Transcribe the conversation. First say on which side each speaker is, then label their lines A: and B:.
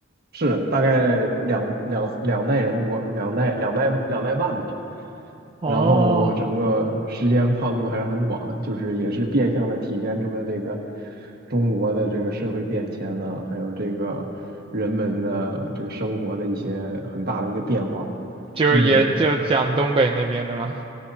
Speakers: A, on the right; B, on the right.
A: 是大概两两两代人多，两代两代两代半吧。
B: 哦，
A: 然后整个时间跨度还是很广的，就是也是变相的体现出了这个中国的这个社会变迁了，还有这个人们的这个生活的一些很大的一个变化。
B: 就是也就讲东北那边的嘛，
A: 嗯，